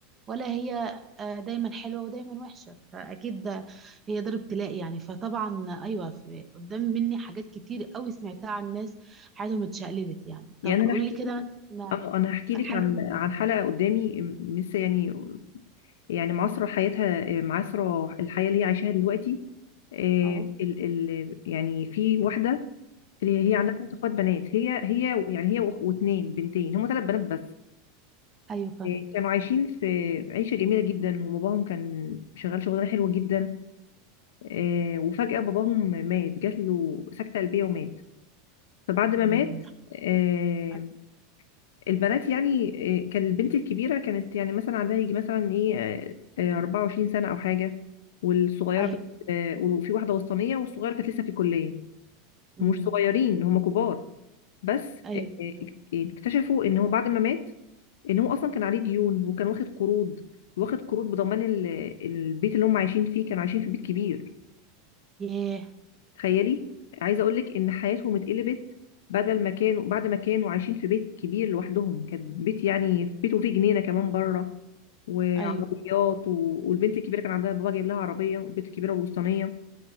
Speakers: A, on the right; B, on the left.
A: ولا هي آه، دايما حلوه ودايما وحشه فاكيد ده- هي دار ابتلاء يعني فطبعا ايوه في- قدام مني حاجات كتير قوي سمعتها عن ناس حياتهم اتشقلبت يعني
B: يعني
A: طب
B: انا
A: قولي
B: احكي
A: لي كده مثلا
B: اه انا هحكي
A: حاجه
B: لك عن عن حلقه قدامي لسه يعني يعني معاصره حياتها آه، معاصره الحياه اللي هي عايشاها دلوقتي آه،
A: اه
B: ال ال يعني في واحده اللي هي عندها ثلاث اخوات بنات هي هي يعني هي واخ- واتنين بنتين هم ثلاث بنات بس
A: ايوه فاهمك
B: آه، كانوا عايشين في عيشه جميله جدا وباباهم كان شغال شغلانه حلوه جدا آه، وفجاه باباهم مات جات له سكته قلبيه ومات فبعد
A: امم
B: ما مات آه،
A: أيوة.
B: البنات يعني آه، كان البنت الكبيرة كانت يعني مثلا عندها يجي مثلا ايه آه، آه، 24 سنة أو حاجة والصغيرة
A: ايوه
B: كانت آه، وفي واحدة وسطانية والصغيرة كانت لسه في الكلية
A: امم
B: هم مش صغيرين هم كبار بس
A: ايوه
B: آه، آه،
A: فاهمك
B: اكتشفوا ان هو بعد ما مات ان هو اصلا كان عليه ديون وكان واخد قروض واخد قروض بضمان ال- البيت اللي هم عايشين فيه كانوا عايشين في بيت كبير
A: ياه
B: تخيلي عايزة اقول لك ان حياتهم اتقلبت بدل ما كانوا بعد ما كانوا عايشين في بيت كبير لوحدهم كان بيت يعني بيته فيه جنينة كمان بره وعربيات
A: ايوه
B: و... والبنت الكبيره كان عندها بابا جايب لها عربيه والبنت الكبيره الوسطانيه